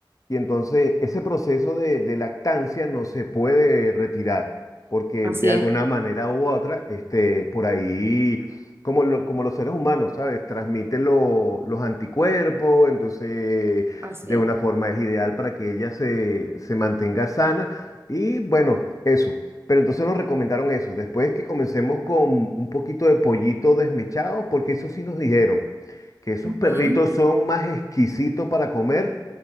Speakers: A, on the left (about 40°); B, on the right (about 30°).
A: y entonces ese proceso de, de lactancia no se puede retirar porque
B: Así
A: de alguna
B: es.
A: manera u otra, este, por ahí, como, lo- como los seres humanos, ¿sabes? Transmite lo- los anticuerpos, entonces
B: Así.
A: de una
B: es.
A: forma es ideal para que ella se se mantenga sana. Y bueno, eso. Pero entonces nos recomendaron eso. Después que comencemos con un poquito de pollito desmechado, porque eso sí nos dijeron que esos
B: Ujú.
A: perritos son más exquisitos para comer,